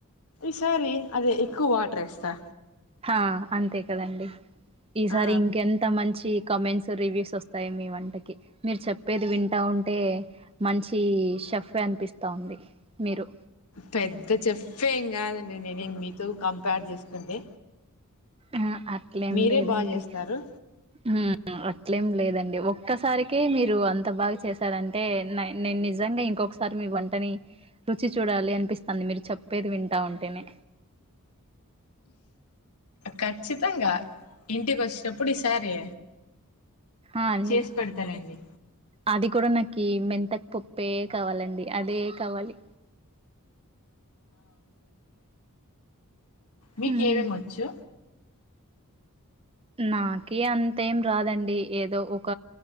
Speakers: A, on the left (about 80°); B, on the right (about 25°).
A: ఈసారి అదే ఎక్కువ వాటర్ ఏస్తా
B: హా అంతే కదండి ఈసారి
A: ఆ
B: ఇంకెంత మంచి కామెంట్స్ రివ్యూస్ వస్తాయి మీ వంటకి మీరు చెప్పేది వింటా ఉంటే మంచి షెఫే అనిపిస్తా ఉంది మీరు
A: పెద్ద చెఫ్ఫే ఏం కాదండి నేనేం మీతో కంపేర్ చేసుకుంటే
B: ఆ అట్లేం
A: మీరే
B: లేదండి
A: బాగా చేస్తారు
B: హుమ్ అట్లేం లేదండి ఒక్కసారికే మీరు అంత బాగా చేశారంటే నై నేను నిజంగా ఇంకొకసారి మీ వంటని రుచి చూడాలి అనిపిస్తాంది మీరు చెప్పేది వింటా ఉంటేనే
A: ఖచ్చితంగా ఇంటికి వచ్చినప్పుడు ఈసారి
B: ఆ అండి
A: చేసి పెడతానండి
B: అది కూడా నా కి మెంతాకు పప్పే కావాలండి అదే కావాలి
A: మీకేమేమి
B: హ్మ్
A: వచ్చు
B: నాకీ అంతేం రాదండి ఏదో ఒక